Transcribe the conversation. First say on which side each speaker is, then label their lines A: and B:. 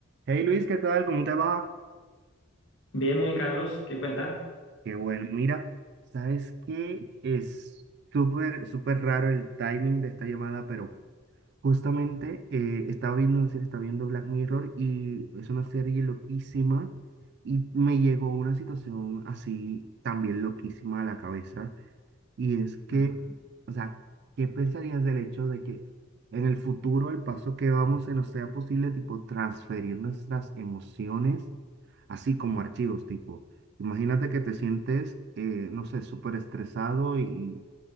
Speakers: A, on the right (about 55°); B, on the left (about 65°).
A: Hey Luis, ¿qué tal? ¿Cómo te va?
B: Bien, bien, Carlos, ¿qué cuenta?
A: Qué bueno, mira, ¿sabes qué? Es súper, súper raro el timing de esta llamada, pero justamente eh, estaba viendo una serie, estaba viendo Black Mirror y es una serie loquísima y me llegó una situación así también loquísima a la cabeza Y es que,
B: Ujú.
A: o sea, ¿qué pensarías del hecho de que en el futuro el paso que vamos se nos sea posible, tipo, transferir nuestras emociones, así como archivos, tipo, imagínate que te sientes, eh, no sé, súper estresado y,